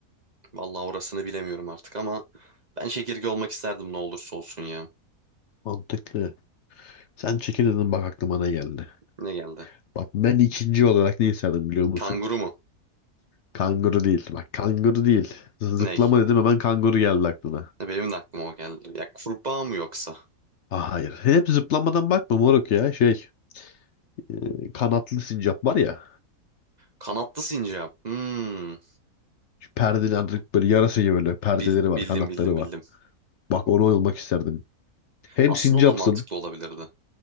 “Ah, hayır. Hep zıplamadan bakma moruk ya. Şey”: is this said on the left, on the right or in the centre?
Left